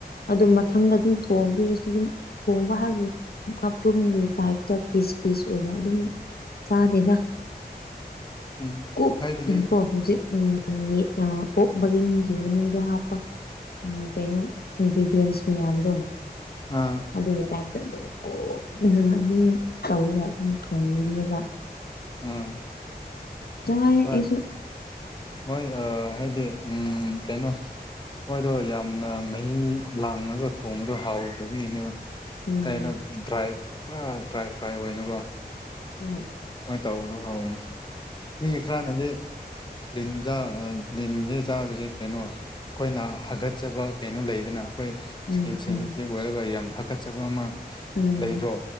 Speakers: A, on the left; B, on the left.
A: ꯑꯗꯨꯝ ꯃꯊꯪ ꯑꯗꯨꯝ ꯊꯣꯡꯕꯤ ꯑꯗꯨꯝ ꯊꯣꯡꯕ ꯍꯥꯏꯕꯨ ꯑꯄ꯭ꯔꯨꯝꯒꯤ ꯇꯥꯏꯞꯇ ꯄꯤꯁ ꯄꯤꯁ ꯑꯣꯏꯅ ꯑꯗꯨꯝ ꯆꯥꯗꯦꯅ
B: ꯎꯝ
A: ꯀ
B: ꯍꯥꯏꯕꯗꯤ
A: ꯀꯕꯨꯖꯤ ꯎꯝ ꯑꯣꯛ ꯃꯔꯤꯟꯒꯤ ꯃꯅꯨꯡꯗ ꯍꯥꯞꯄ ꯀꯩꯅꯣ ꯏꯟꯒ꯭ꯔꯤ ꯁ ꯃꯌꯥꯝꯗꯣ
B: ꯑꯥ
A: ꯑꯗꯨꯒꯤ ꯑꯗꯨꯝ ꯀꯨꯞꯅ ꯑꯗꯨꯝ ꯇꯧꯔꯒ ꯑꯗꯨꯝ ꯊꯣꯡꯕꯤꯕꯅꯦꯕ
B: ꯎꯝ
A: ꯆꯥꯏ
B: ꯍꯣꯏ
A: ꯑꯩꯁꯨ
B: ꯃꯣꯏ ꯍꯥꯏꯗꯤ ꯎꯝ ꯀꯩꯅꯣ ꯃꯣꯏꯗꯣ ꯌꯥꯝꯅ ꯃꯍꯤ ꯂꯥꯡꯉꯒ ꯊꯣꯡꯕꯗꯣ ꯍꯥꯎꯗꯕꯒꯤꯅꯦꯕ
A: ꯎꯝ
B: ꯀꯩꯅꯣ ꯗ꯭ꯔꯥꯏ ꯄꯨꯔꯥ ꯗ꯭ꯔꯥꯏ ꯐ꯭ꯔꯥꯏ ꯑꯣꯏꯅ ꯑꯣꯏꯅꯨꯀꯣ
A: ꯎꯝ
B: ꯇꯧꯔꯣ ꯍꯨꯝ ꯃꯤ ꯈꯔꯅꯗꯤ ꯂꯤꯟꯖ ꯂꯤꯟꯁꯦ ꯆꯥꯕꯁꯦ ꯀꯩꯅꯣ ꯑꯩꯈꯣꯏꯅ ꯍꯥꯒꯠꯆꯕ ꯀꯩꯅꯣ ꯂꯩꯗꯅ ꯑꯩꯈꯣꯏ ꯏꯁꯀꯤꯟ
A: ꯎꯝ
B: ꯁꯦꯟꯁꯤꯇꯤꯞ
A: ꯎꯝ
B: ꯑꯣꯏꯔꯒ ꯌꯥꯝ ꯍꯥꯀꯠꯆꯕ ꯑꯃ
A: ꯎꯝ
B: ꯂꯩꯗ꯭ꯔꯣ